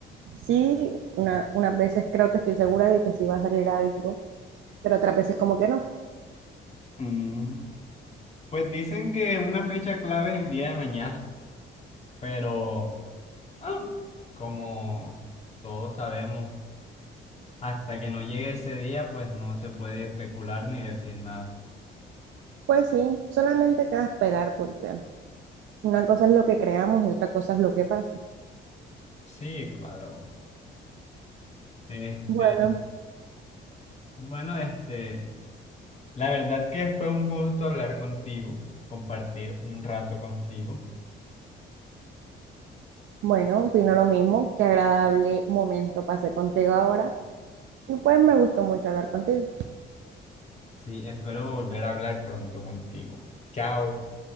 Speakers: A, on the right; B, on the left.
A: sí, una- unas veces creo que estoy segura de que sí va a salir algo, pero otras veces como que no.
B: Mm, Pues dicen que una fecha clave es el día de mañana, pero... Ah, como todos sabemos, hasta que no llegue ese día, pues no se puede especular ni decir nada.
A: Pues sí, solamente queda esperar porque una cosa es lo que creamos y otra cosa es lo que pasa.
B: Sí, claro. Este,
A: Bueno,
B: bueno, este, la verdad que fue un gusto hablar contigo, compartir un rato contigo.
A: bueno, opino lo mismo. Qué agradable momento pasé contigo ahora y pues me gustó mucho hablar contigo.
B: Sí, espero volver a hablar pronto contigo. Chao.